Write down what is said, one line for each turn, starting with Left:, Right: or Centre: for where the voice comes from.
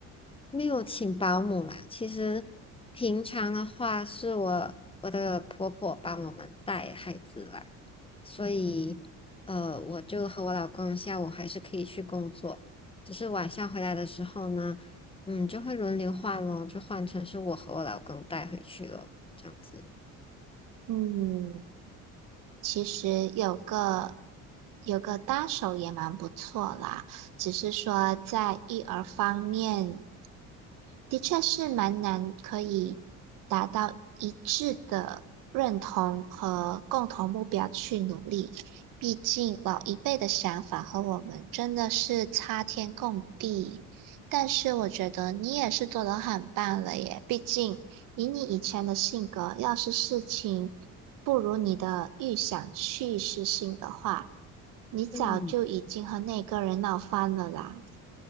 Left: 没有请保姆啦。其实平常的话，是我我的婆婆帮我们带孩子啦，所以呃，我就和我老公下午还是可以去工作，只是晚上回来的时候呢，嗯，就会轮流换咯，就换成是我和我老公带回去咯，这样子。
Right: 嗯，其实有个有个搭手也蛮不错啦，只是说在育儿方面，的确是蛮难可以达到一致的认同和共同目标去努力。毕竟老一辈的想法和我们真的是差天共地。但是我觉得你也是做得很棒了耶，毕竟以你以前的性格，要是事情不如你的预想去实行的话，你早就已经和那个人闹翻了啦。
Left: 嗯。